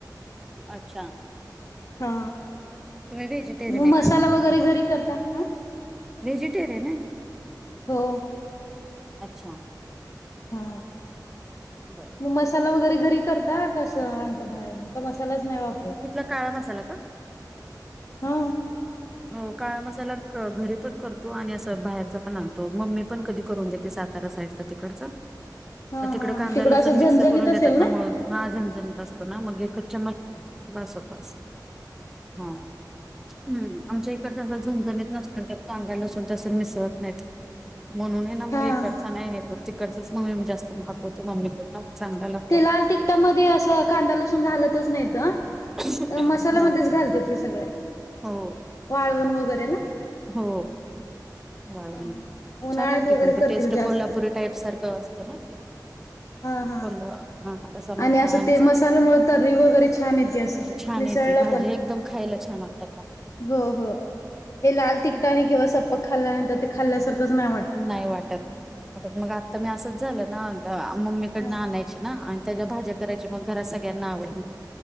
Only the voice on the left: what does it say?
हा,
म
मसाला
वगैरे घरी करता आ?
हो.
हा
म मसाला वगैरे घरी करता का अस आणता बाहेरन? मसालाच नाय वापरत.
हा
हा
हा
तिकडं
असं झणझणीत
असेल
हा
ते लाल तिकटामध्ये असं कांदा लसून घालतच नायत.
त मसाल्यामध्येच
घालत्यात की सगळे
वाळून वगैरे ना?
हा उन्हाळ्यात
वगैरे
करतील
जास्त
हा हा
आणि असं
ते
मसाल्यामुळे तर्री वगैरे छान येते असं.
मिसळला
पण
हो हो हे लाल तिकटाने किंवा सप्पक खाल्ल्यानंतर ते खाल्ल्यासारखंच नाय वाट
हा